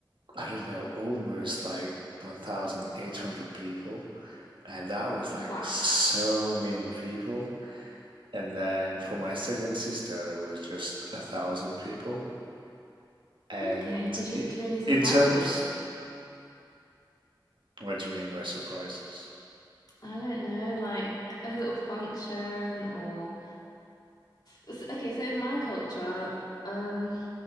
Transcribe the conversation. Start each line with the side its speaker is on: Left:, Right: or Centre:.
Right: I don't know, almost like 1,800 people. And that was like
Left: Wow.
Right: so many people. And then for my second sister, there was just a thousand people. And
Left: Okay. Did you
Right: it,
Left: do any surprises?
Right: in terms, what do you mean by surprises?
Left: I don't know, like a little function or S- Okay, so in my culture, um,